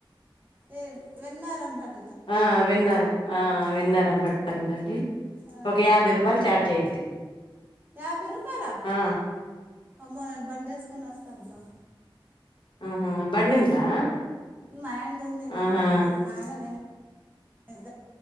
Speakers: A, on the right (about 20°); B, on the left (about 65°).
A: ఏ వెన్నారం బట్
B: ఆ వెన్నరం ఆ వెన్నారం పెడతనండి
A: ఆ
B: ఒక యాభై రూపాయలు ఛార్జ్ అయ్యింది
A: యాభై రూపాయలా
B: ఆ
A: అమ్మో బండి ఏసుకోని వస్తా అబ్బా
B: ఆహా బండి ఉందా
A: మా ఆయన ది వుంది నాకు
B: ఆహా
A: రాదు మా ఆయన నినే ఎదా